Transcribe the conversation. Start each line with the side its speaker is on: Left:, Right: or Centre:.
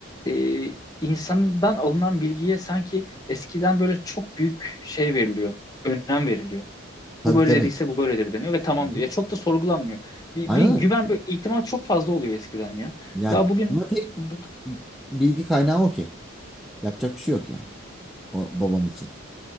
Left: e, insandan alınan bilgiye sanki eskiden böyle çok büyük şey veriliyor, önem veriliyor.
Centre: Tabii
Left: Bu böyle
Centre: tabii.
Left: dediyse bu böyledir deniyor ve tamam
Centre: Hı hı.
Left: diyor. Ya çok da sorgulanmıyor. Bir,
Centre: Aynen
Left: bir güven,
Centre: öyle.
Left: bir ihtimal çok fazla oluyor eskiden ya.
Centre: Yani
Left: Daha bugün
Centre: ama tek
Left: bu-
Centre: bilgi kaynağı o ki. Yapacak bir şey yok yani. O babam için.